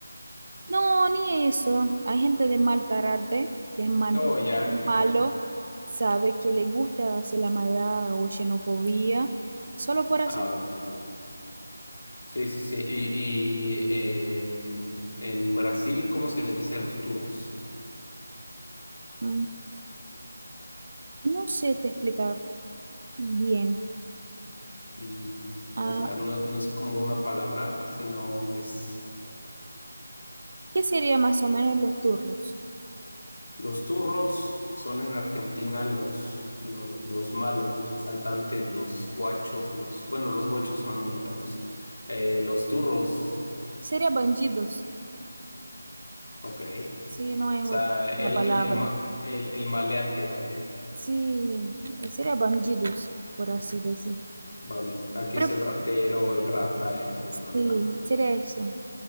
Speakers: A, on the right (about 50°); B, on the left (about 60°).
A: No, ni eso. Hay gente de mal carácter, que es mal,
B: Oh, ya,
A: malo,
B: ya, ya.
A: sabe que le gusta hacer la maldad o xenofobia, solo por hacer...
B: Ah, vale, vale. Sí, sí, sí. Y, y em, en Brasil, ¿cómo se le dice a los turros?
A: Mm, No sé, te explicar bien.
B: Mm,
A: Ah,
B: o sea, no es, no es como una palabra, sino es...
A: ¿qué sería más o menos los turros?
B: Los turros son en Argentina los, lo- los, malos, los asaltantes, los guachos, los... Bueno, los guachos son otra cosa. Eh, los turros,
A: Sería bandidos,
B: ok. O
A: si no hay otra
B: sea, el,
A: palabra.
B: el, el, ma- el, el maleante, vaya.
A: Sí, eh, sería bandidos, por así decir.
B: Vale, aquí
A: Pero
B: es el ratero, el rata, el bla,
A: sí,
B: bla, bla.
A: sería eso.